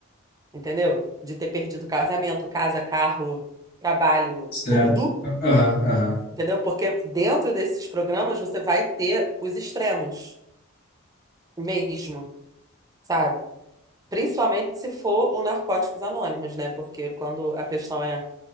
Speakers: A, on the right; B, on the left.
A: entendeu? De ter perdido casamento, casa, carro, trabalho,
B: Certo.
A: tudo,
B: Aham, aham.
A: entendeu? Porque dentro desses programas você vai ter os extremos mesmo, sabe? Principalmente se for o Narcóticos Anônimos, né? Porque quando a questão é.